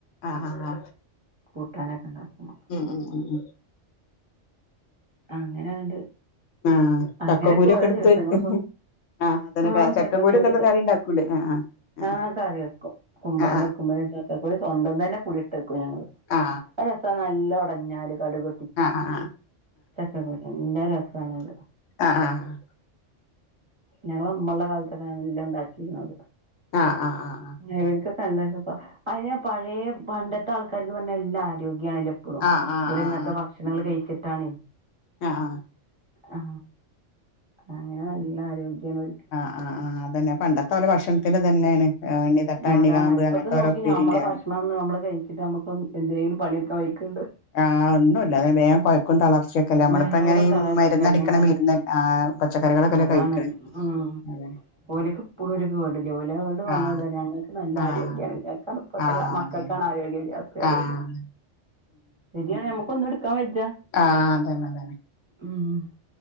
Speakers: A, on the left; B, on the right.
A: ആ ആ ആ
B: കൂട്ടാനോക്കെ ഇണ്ടാക്കും
A: ഉം ഉം ഉം ഉം
B: അങ്ങനെണ്ട്
A: ആ
B: അങ്ങനെയൊക്കെ
A: ചക്കകുരു
B: ഓരോ
A: ഒക്കെ ഇട്ത്ത്
B: ദിവസങ്ങള്
A: വെ <unintelligible>
B: പോ
A: ആ അതന്നെ
B: ആഹ്
A: ചക്ക
B: ചക്കക്കുരു
A: കുരോക്കെ ഒന്ന് കറി ഇണ്ടാക്കൂലേ ആ ആ
B: ആഹ് കറി വെക്കും കുമ്പളങ്ങ
A: ആ
B: വെക്കുമ്പയെ ചക്കകുരു സ്വന്തം തന്നെ പുളിട്ട് വെക്കും ഞങ്ങള്
A: ആ
B: രസ നല്ല ഒടഞ്ഞാല് കടുക്
A: ആ ആ ആ
B: ചക്ക കുരു നല്ല രസാണത്
A: ആ ആ
B: ഞങ്ങള ഇമ്മള്ള കാൽത്തൊക്കെ എല്ലം ഇണ്ടാക്കീനി <unintelligible> <unintelligible> <unintelligible>
A: ആ ആ ആ ആ
B: പയേ പയെ പണ്ടത്തെ ആൾക്കാര്ക്ക് പർഞ്ഞാ നല്ല ആരോഗ്യണല്ലോ പ്പളും
A: ആ ആ
B: ഓല്
A: ആ
B: ഇങ്ങൻത്തെ ഭക്ഷണങ്ങള് കഴിച്ചിട്ടാണ്
A: ആ ആ
B: ആ അങ്ങനെ നല്ല ആരോഗ്യാണ് ഓൽക്ക്
A: ആ ആ അതന്നെ പണ്ടത്തെ ഓലെ ഭക്ഷൺത്തിന്റെ തന്നെണ് ഇണ്ണി തട്ട ഇണ്ണി
B: അതാണ്
A: കാമ്പ്
B: ഇപ്പത്തെ
A: അങ്ങൻത്തെ
B: നോക്കി
A: ഓരോ ഉപ്പേരിന്റെ
B: <unintelligible> നമ്മള് കഴിച്ചിട്ട് നമുക്കൊന്ന് എന്തെലും പണി ഇട്ക്കാൻ വയ്ക്ക്ണ്ടോ
A: ആ ഒന്നുല്ല അങ്ങനെ വേം കൊയ് ക്കും തളർച്ചയൊക്കെല്ലേ നമ്മളിപ്പ
B: വേഗം
A: എങ്ങനെ ഈ
B: തളർച്ച
A: മര്ന്നടിക്ക്ണ
B: കയ്യും കാലും
A: മര്ന്ന് ആ പച്ചക്കറികളൊക്കല്ലേ
B: അതാണ്
A: കഴിക്ക്ണ്
B: ഉം
A: അതെ
B: ഓല്ക്ക് ഇപ്പളും ഒരു <unintelligible> ഇങ്ങട്ട് വന്ന
A: ആഹ്
B: ഓല് പറിം ഞങ്ങൾക്ക് നല്ല
A: ആഹ്
B: ആരോഗ്യാണ് <unintelligible> ഇപ്പത്തെ
A: ആഹ്
B: മക്കൾക്കാണ്
A: അതന്നെ
B: ആരോഗ്യം ഇല്ലാത്തെ പറിം
A: ആഹ്
B: ഓല് ശരിയാണ് നമുക്ക് ഒന്നും ഇട്ക്കാം വജ
A: ആ അതന്നെ അതന്നെ
B: ഉം